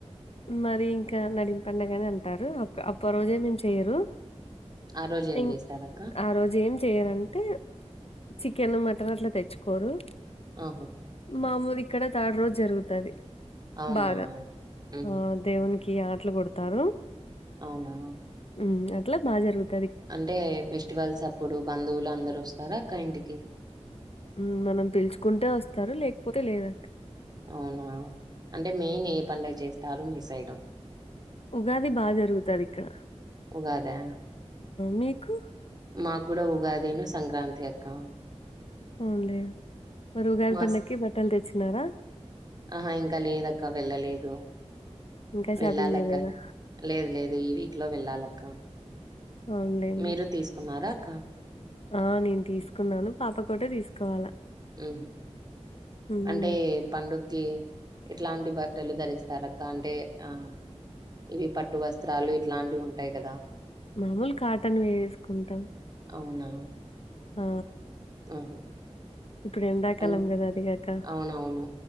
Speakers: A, on the left; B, on the right.
A: మరి ఇంకా నడిం పండగని అంటారు అక్క అప్ప రోజేమేమ్ చెయరు
B: ఆ రోజు ఏం
A: ఇం
B: చేస్తారక్క
A: ఆ రోజు ఏం చెయరంటే చికెన్ మ టన్ అట్ల తెచ్చుకోరు
B: ఆహా
A: మాఊరు ఇక్కడథర్డ్ రోజు జరుగుతది
B: అవునా
A: బాగా
B: ఊహూ
A: ఆ దేవునికి కి ఆటలు కొడతారు
B: అవునా
A: ఉమ్ అట్లా బాగ జరుగుతుంది
B: అంటే ఫెస్టివల్స్ అప్పుడు బంధువులు అందరు వస్తారా అక్క ఇంటికి
A: ఉమ్ మనం పిల్చుకుంటే వస్తారు లేకపోతే లేదా
B: అవునా అంటే మెయిన్ ఏ పండగ చేస్తారు మీ సైడు
A: ఉగాది బా జరుగుతది ఇక్కడ
B: ఉగాదా
A: మీకు
B: మాకు కూడా ఉగాదీను సంక్రాంతి అక్క
A: అవున్లే మరుగాది
B: మా
A: పండక్కీ
B: స్
A: బట్టలు తెచ్చినారా
B: ఆహా ఇంకా లేదక్క వెళ్ళలేదు
A: ఇంకా షాపింగ్
B: వెళ్ళాలక్క
A: చేయలేదా
B: లేదు లేదు ఈ వీక్లో వెళ్ళాలక్క
A: అవునులేండి
B: మీరు తీసుకున్నారా అక్క
A: ఆ నేను తీసుకున్నాను పాప కోటే తీసుకోవాలా
B: ఉహ్
A: ఉమ్
B: అంటే పండుగ్కి ఎట్లాంటి బట్టలు ధరిస్తారక్క అంటే ఆ ఇవి పట్టు వస్త్రాలు ఇట్లాంటివుంటాయి కదా
A: మామూలు కాటన్వేస్కుంటాం
B: అవునా
A: ఆ
B: ఆమ్
A: ఇప్పుడు ఎండాకాలం కదా అదిగాక
B: అ ఔనవును